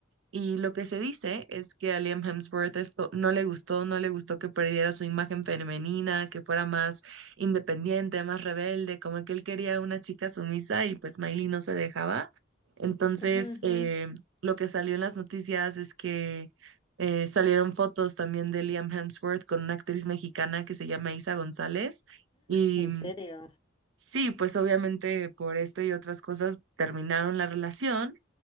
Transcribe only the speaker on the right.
y lo que se dice es que a Liam Hemsworth esto no le gustó, no le gustó que perdiera su imagen femenina, que fuera más independiente, más rebelde, como que él quería una chica sumisa y pues Miley no se dejaba. Entonces,
eh, lo que salió en las noticias es que eh, salieron fotos también de Liam Hemsworth con una actriz mexicana que se llama Isa González. Y
mm,
sí, pues obviamente por esto y otras cosas terminaron la relación.